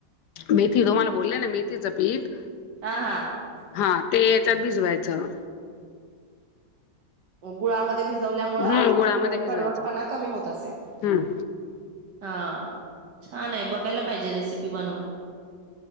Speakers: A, on the left; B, on the right.
A: मेथी तुम्हाला बोले ना मेथीचं पीठ
B: हा, हा.
A: हा ते भिजवायचं
B: गुळा म ध्ये भिजवल्यामुळ
A: हम्म गुळामध्ये भिजवायचं
B: कडवटपणा कमी होत आसेल
A: हम्म
B: हा छान आहे बघायला पाहिजे रेसिपी बनवून.